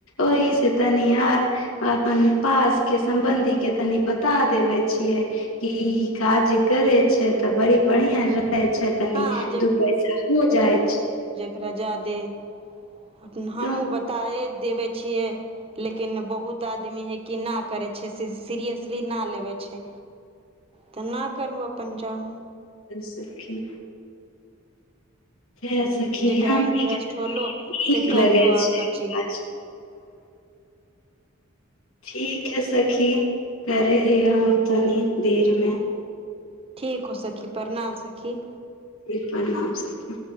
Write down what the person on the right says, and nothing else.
हँ
रजा दे अपन हमूँ
बताए देबे छियै लेकिन बहुत आदमी है कि नहि करै छै सीरियसली नहि लेबै छै तऽ नहि करहु अपन जाउ
जेकरा
इंटरेस्ट
होलो
से करलो
आ
कची
ठीक हो सखी प्रणाम सखी